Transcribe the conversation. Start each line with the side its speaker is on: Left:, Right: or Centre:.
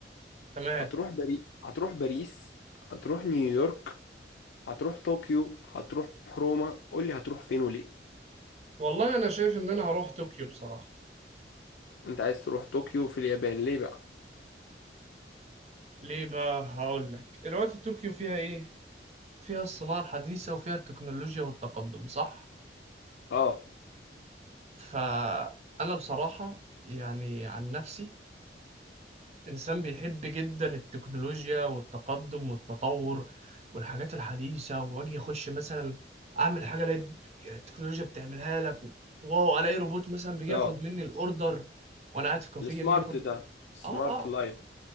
Right: تمام
Left: هتروح بري... هتروح باريس هتروح نيويورك هتروح طوكيو هتروح روما قول لي هتروح فين وليه
Right: والله انا شايف ان انا هروح طوكيو بصراحه
Left: انت عايز تروح طوكيو في اليابان ليه بقى
Right: ليه بقى هقول لك الوقت طوكيو فيها ايه فيها الصناعه الحديثه وفيها التكنولوجيا والتقدم صح
Left: اه
Right: فانا بصراحه يعني عن نفسي إنسان بيحب جدا التكنولوجيا والتقدم والتطور والحاجات الحديثة وأجي أخش مثلا أعمل حاجة ألاقي يعني التكنولوجيا بتعملها لك و- واو ألاقي روبوت مثلا بيجي
Left: اه
Right: ياخد مني الأوردر وأنا قاعد في كافيه
Left: السمارت
Right: يجي ياخد مني
Left: ده
Right: آه
Left: سمارت
Right: آه
Left: لايف